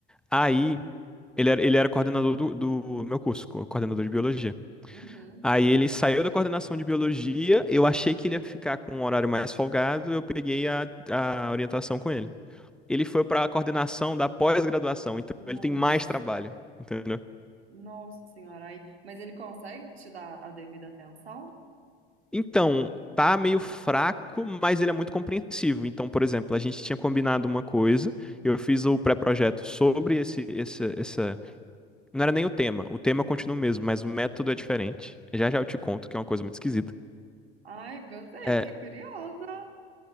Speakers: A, in the centre; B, on the right (about 75°).
A: Aí, ele era, ele era coordenador do, do meu curso, co- coordenador de biologia.
B: uhum.
A: Aí ele saiu da coordenação de biologia, eu achei que ele ia ficar com um horário mais folgado, eu peguei a, a orientação com ele. ele foi para a coordenação da pós-graduação, então
B: Nossa.
A: ele tem mais trabalho, entendeu?
B: Nossa senhora, aí, mas ele consegue te dar a devida atenção?
A: Então, tá meio fraco, mas ele é muito compreensivo. Então, por exemplo, a gente tinha combinado uma coisa, eu fiz o pré-projeto sobre esse, esse, essa. Não era nem o tema, o tema continua o mesmo, mas o método é diferente. Já já eu te conto que é uma coisa muito esquisita.
B: Ai, gostei,
A: É,
B: fiquei curiosa.